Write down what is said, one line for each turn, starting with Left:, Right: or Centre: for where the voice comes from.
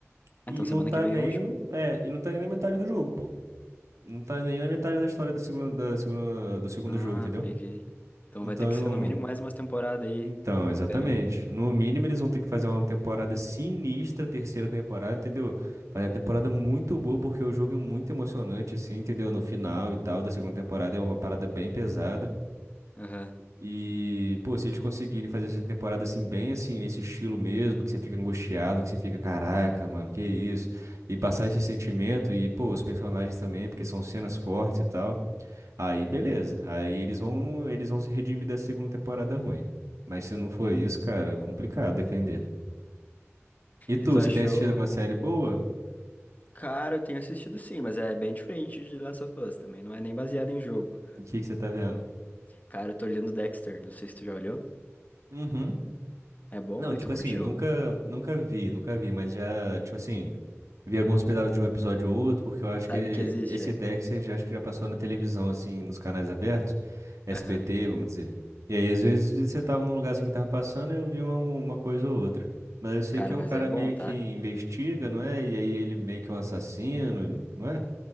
Right: E
Left: Ah, Então
Right: não
Left: semana
Right: tá
Left: que vem
Right: nem,
Left: é o último?
Right: é, e não tá nem na metade do jogo, pô. Não tá nem na metade da história do segundo, da segunda, do segundo
Left: Ah,
Right: jogo, entendeu?
Left: peguei. Então
Right: Então,
Left: vai ter que ser no mínimo mais umas temporadas aí.
Right: Então,
Left: Fico
Right: exatamente.
Left: esperando.
Right: No mínimo, eles vão ter que fazer uma temporada sinistra, terceira temporada, entendeu? Fazer uma temporada muito boa, porque o jogo é muito emocionante, assim, entendeu? No final e tal, da segunda temporada é uma parada bem pesada.
Left: Aham.
Right: E, pô, se eles conseguirem fazer essa temporada, assim, bem assim, nesse estilo mesmo, que você fica angustiado, que você fica, caraca, mano, que isso? E passar esse sentimento, e, pô, os personagens também, porque são cenas fortes e tal. Aí beleza. Aí eles vão, eles vão se redimir da segunda temporada ruim. Mas se não for isso, cara, é complicado defender. E tu,
Left: E tu
Right: você
Left: achou?
Right: tem assistido alguma série boa?
Left: Cara, eu tenho assistido sim, mas é bem diferente de Last of Us também. Não é nem baseado em jogo.
Right: O que que você tá vendo?
Left: Cara, eu tô olhando Dexter, não sei se tu já olhou.
Right: Uhum.
Left: É bom
Right: Não,
Left: e
Right: tipo
Left: tu curtiu?
Right: assim, nunca, nunca vi, nunca vi, mas já, tipo assim, vi alguns pedaços de um episódio ou outro, porque eu acho
Left: Sabe
Right: que
Left: que existe,
Right: esse
Left: é?
Right: Dexter já acho que já passou na televisão, assim, nos canais abertos, SBT,
Left: Aham.
Right: vamos dizer. E aí, às vezes, você tava num lugar assim que tava passando, eu vi uma, uma coisa ou outra. Mas eu sei
Left: Cara,
Right: que é
Left: mas
Right: um cara
Left: é bom,
Right: meio
Left: tá?
Right: que investiga, não é? E aí ele meio que é um assassino, não é?